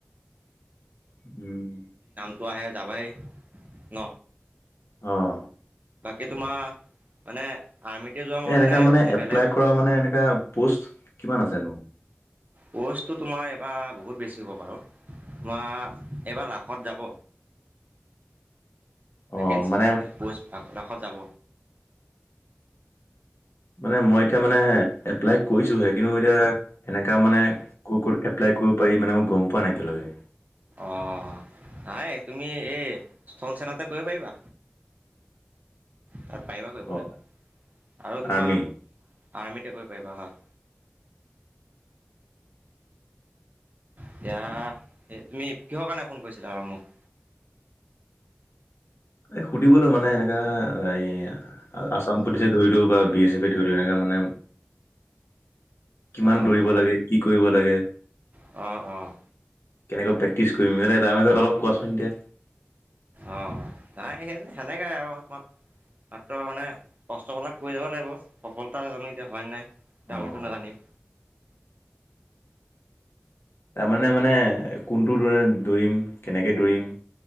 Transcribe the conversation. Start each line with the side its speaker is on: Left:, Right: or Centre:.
Left: উম।
Right: ত আহে যাবাই ন।
Left: অহ
Right: এই তোমাৰ মানে। আৰ্মিতে যোৱা মন
Left: এনেকা
Right: নে
Left: মানে
Right: নে
Left: এপ্লাই
Right: বেলেগ ক'তো?
Left: কৰা মানে এনেকা পোষ্ট কিমান আছে নো?
Right: পষ্টটো তোমাৰ এবাৰ বহুত বেছি হ'ব বাৰু। তোমাৰ এইবাৰ লাখত যাব।
Left: <inaudible>
Right: ভকেঞ্চি
Left: অ', মানে
Right: পোষ্ট ভা কাষত যাব।
Left: মানে মই
Right: অঁ
Left: এতিয়া মানে এপ্লাই কৰিছোহে কিন্তু এতিয়া এনেকা মানে ক ক এপ্লাই কৰিব পাৰি মানে মই গম পোৱা নাই এতিয়ালৈ। দেহ
Right: অ নাই তুমি এই স্থল চেন্টাৰতে কৰিব পাৰিবা। তাত পাৰিবা কৰিবলৈ
Left: অ',
Right: আৰু তোমাৰ
Left: আৰ্মি
Right: আৰ্মিতে কৰিব পাৰিবা হয়।
Left: <inaudible>
Right: এতিয়া তুমি কিহৰ কাৰণে ফোন কৰিছিলা আৰু মোক।
Left: এই সুধিবলৈ মানে এনেকা এই আছাম পুলিচ ধৰিলও বা বি এছ এফে ধৰি এনেকা। মানে কিমান
Right: অঁ
Left: দৌৰিব
Right: অঁ
Left: লাগে কি কৰিব লাগে?
Right: অঁ অঁ।
Left: কেনেকৈ প্ৰেক্টিচ কৰিম মানে তাৰ বিষয়ে অলপ কোৱাচোন এতিয়া।
Right: আহ নাই সে হেণেকাই আও তোমাৰ তাতো মানে কষ্ট ক কৰি যাব লাগিব, সফলতা জানো এতিয়া হয় নাই। তে
Left: অ',
Right: আমিতো নাজানিম
Left: তাৰমানে মানে কোনটো দ দৌৰিম কেনেকে দৌৰিম।